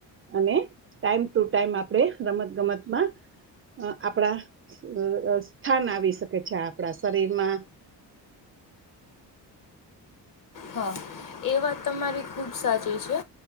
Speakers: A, on the right; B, on the left.
A: અને ટાઈમ ટુ ટાઈમ આપણે રમત-ગમતમાં અહ આપણા અહ સ્થાન આવી શકે છે આપણા શરીરમાં.
B: હા. એ વાત તમારી ખુબ સાચી છે.